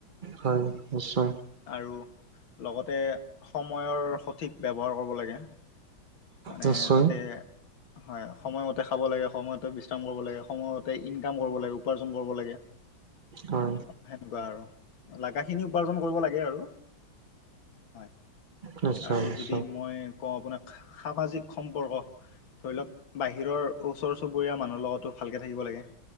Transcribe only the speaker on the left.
আৰু লগতে সময়ৰ সঠিক ব্যৱহাৰ কৰিব লাগে। মানে
যাতে হয় সময়মতে খাব লাগে, সময়তে বিচ বিশ্ৰাম কৰিব লাগে, সময়তে ইনকাম কৰিব লাগে উপাৰ্জন কৰিব লাগে।
সেনেকুৱা আৰু লাগাখিনি উপাৰ্জন কৰিব লাগে আৰু হয়,
আৰু
যদি মই কওঁ আপোনাক। সামাজিক সম্পৰ্ক ধৰি লৱক বাহিৰৰ ওচৰ চুবুৰীয়া মানুহৰ লগতো ভালকে থাকিব লাগে,